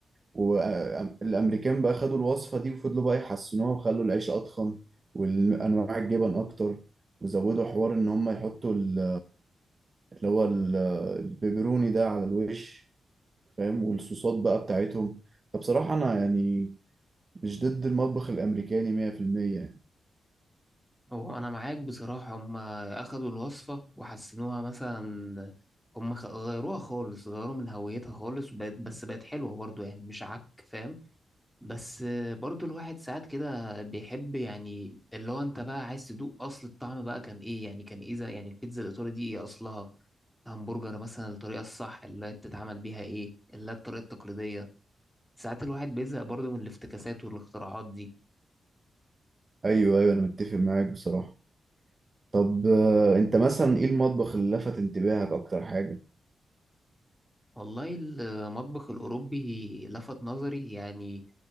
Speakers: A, on the right (about 25°); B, in the centre.
A: والامريكان بقى خدوا الوصفه دي وفضلوا بقى يحسنوها وخلوا العيش اضخم والانواع الجبن اكتر وزودوا حوار ان هم يحطوا ال- اللي هو ال- البيبروني ده على الوش فاهم والصوصات بقى بتاعتهم فبصراحه انا يعني مش ضد المطبخ الامريكاني 100% يعني.
B: هو انا معاك بصراحة هم اخدوا الوصفة وحسنوها مثلا هم خ- غيروها خالص غيروا من هويتها خالص وبقت بس بقت حلوة برضو يعني مش عك فاهم بس آه، برضو الواحد ساعات كده بيحب يعني اللي هو انت بقى عايز تدوق اصل الطعم بقى كان ايه يعني كان ايه زي- يعني البيتزا الايطالي دي ايه اصلها همبرجر مثلا الطريقة الصح اللي هي بتتعمل بيها ايه اللي هي الطريقة التقليدية ساعات الواحد بيزهق برضه من الافتكاسات والاختراعات دي
A: ايوه ايوه انا متفق معاك بصراحه طب آه، انت مثلا ايه المطبخ اللي لفت انتباهك اكتر حاجه
B: والله المطبخ الأوروبي لفت نظري يعني